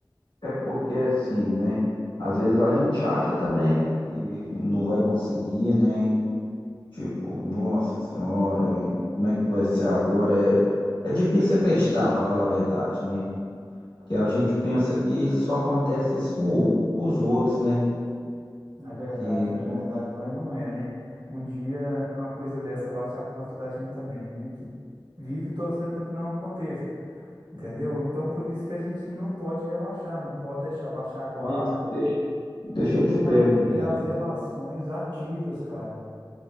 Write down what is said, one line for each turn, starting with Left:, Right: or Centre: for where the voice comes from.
Left: É porque assim, né? Às vezes a gente acha também, né, que não vai conseguir, né? Tipo, nossa senhora, e como é que vai ser agora? É, é difícil acreditar, para falar a verdade, né? Porque a gente pensa que só acontece isso com, o- com os outros, né?
Right: É verdade,
Left: Que
Right: é verdade, mas não é, né? Um dia uma coisa dessa bate a porta da gente também. A gente vive torcendo para que não aconteça, entendeu? Então, por isso que a gente não pode relaxar, não pode deixar baixar a guarda,
Left: Mas deixa, deixa
Right: tem que
Left: eu te
Right: manter
Left: perguntar.
Right: as relações ativas, cara.